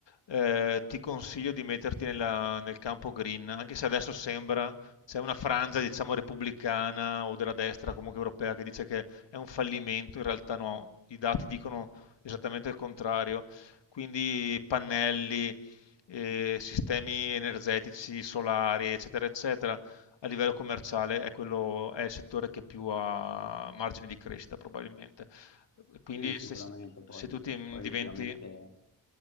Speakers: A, on the left (about 80°); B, on the left (about 40°).
A: eh, ti consiglio di metterti nella- nel campo green, anche se adesso sembra c'è una frangia, diciamo, repubblicana o della destra comunque europea che dice che è un fallimento, in realtà no, i dati dicono esattamente il contrario, quindi pannelli, eh, sistemi energetici, solari, eccetera, eccetera a livello commerciale è quello, è il settore che più ha margini di crescita probabilmente. Quindi
B: Sì, sicuramente,
A: se,
B: poi,
A: se tu ti
B: poi
A: diventi...
B: ultimamente...